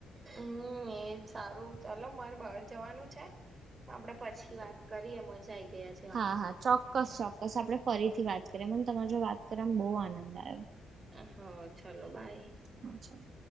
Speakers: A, on the right; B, on the right.
A: હમ્મ એજ સારું ચાલો મારે બહાર જવાનું છે. તો આપડે પછી વાત કરીએ મજાા આઈ ગએ આજ.
B: હા હા ચોક્કસ ચોક્કસ આપડણે ફરીથી વાત કરીએ મને તમા જો વાત કરવાવામાં બહુ આનંદ આવ્યો.
A: હ ચાલો બાય
B: હા ચાલ